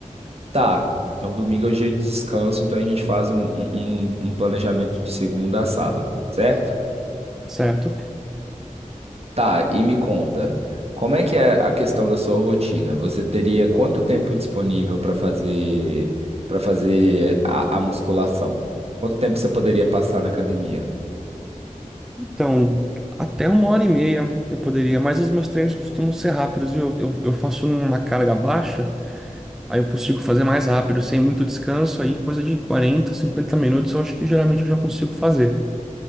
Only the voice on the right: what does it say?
tá. Então, domingo é o dia de descanso, então a gente faz um, um um planejamento de segunda a sábado, certo?
Tá, e me conta, como é que é a questão da sua rotina? Você teria quanto tempo disponível para fazer para fazer a, a musculação? Quanto tempo você poderia passar na academia?